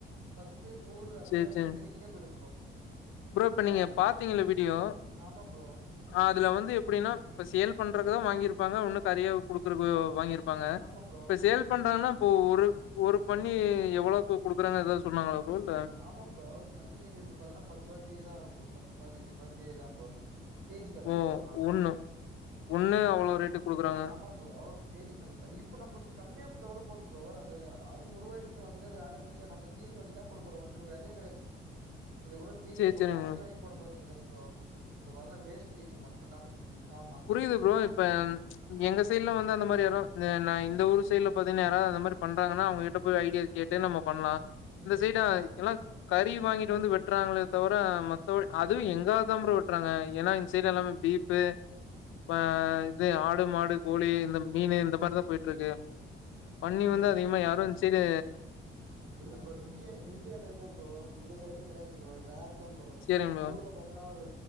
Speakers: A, on the right; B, on the left.
A: பத்து நூறு அப்டியே
B: சேரி
A: அப்டியே
B: சேரி
A: பெருக்கினே போயிடும் ப்ரோ
B: ப்ரோ இப்ப
A: பய
B: நீங்க பாத்தீங்கல்ல வீடியோ
A: ஆமா ப்ரோ.
B: ஆ அது வந்து எப்டின்னா இப்ப சேல் பண்றதுக்குதா வாங்கிருப்பாங்க ஒன்னு கறியா குடுக்குறக்கு வாங்கிரு பாங்க
A: ஆமா ப்ரோ.
B: இப்ப சேல் பண்றதுனா இப்போ ஒரு ஒரு பன்னி எவ்வளோக்கு குடுக்குறாங்கனு எதாவ்து சொன்னாங்ளா ப்ரோ இல்ல
A: ஆமா ப்ரோ பன்னி ரேட்டு பாத்தனா பத்துருவா கே தா இருக்கு பத்து பதினஞ்சுருபா கே தா ப்ரோ கே ஜி கணக்கு
B: ஓ
A: ப்ரோ அதெல்லா
B: ஒண்ணு ஒண்ணு
A: இப்ப
B: அவ்ளோ
A: கே
B: ரேட்டுக்கு குடுக்குறாங்க
A: ஆமா இப்போ கே ஜி கணக்கு தா இப்ப நம்மளுக்கு கம்மியா குட்த்தாக்கூட போது ப்ரோ அது அது உருவாக்கி வந்துனே இருக்கு ஆட்டோமேட்டிக்கா நம்ம தீனி வண்டி தா போட போறோ ஓட்ற வேலயை கெடையாது இத கூட தீனி
B: சேரி
A: நம்ம
B: சேரிங்க
A: காஸ்ட்லியா வாங்கி போடப் போறது கெடையாது ப்ரோ இப்ப பாத்தா வேஸ்டேஜ் மட்டுந்தா ப்ரோ ஆமா
B: புரியிது ப்ரோ இப்ப எங்க சைடுல வந்து அந்த மாரி யாரு ய நா இந்த ஊர் சைடுல பாத்தீங்ன்னா யாராது அந்த மாரி பண்றாங்கன்னா அவ்ங்ககிட்ட போயி ஐடியா கேட்டு நம்ம பண்லா
A: ம்.
B: இந்த சைடு எல்லா கறி வாங்கிட்டு வந்து வெட்டுறாங்களே தவிர மத்தபடி அதுவு எங்க ஆள் தா ப்ரோ வெட்டுறாங்க ஏனா இந்த சைடு எல்லாமே பீஃப்பு அ
A: ம்.
B: இது ஆடு மாடு கோழி இந்த மீன் இந்த மாரிதா போயிட்ருக்கு பன்னி
A: ம்.
B: வந்து அதிகமா யாரு இந்சைடு
A: இல்ல ப்ரோ இங்கே இங்கயு அதேதா ப்ரோ இந்த சைடே கெடையாது ப்ரோ ரேருதா ப்ரோ
B: சேரிங் ப்ரோ
A: ஊர்ல பாத் பாத்தன்னா ஒரு